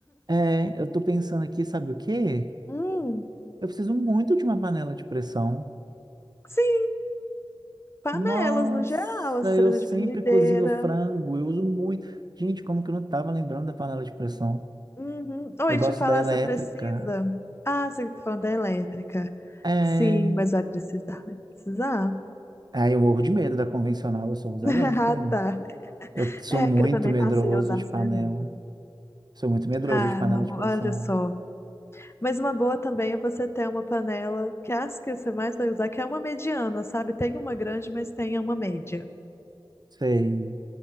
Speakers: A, on the right; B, on the left.
A: É, eu tô pensando aqui, sabe o quê?
B: Hum,
A: Eu preciso muito de uma panela de pressão.
B: sim, panelas
A: Nossa,
B: no geral, assim, você
A: eu
B: precisa
A: sempre
B: de frigideira.
A: cozinho frango, eu uso muito. Gente, como que eu não tava lembrando da panela de pressão?
B: Uhum. Oi,
A: Eu gosto
B: te falar,
A: da elétrica.
B: você precisa. Ah, você tá falando da elétrica.
A: É.
B: Sim, mas vai precisar, vai precisar.
A: Ah, eu morro de medo da convencional, eu só uso
B: <laughs>
A: elétrica,
B: Ah,
A: menino.
B: tá.
A: Eu sou
B: É
A: muito
B: que eu também
A: medroso
B: passei a usar
A: de
B: só
A: panela.
B: elétrica.
A: Sou muito medroso
B: Ah,
A: de panela
B: uma boa,
A: de pressão.
B: olha só. Mas uma boa também é você ter uma panela, que é as que você mais vai usar, que é uma mediana, sabe? Tem uma grande, mas tem uma média.
A: Sei.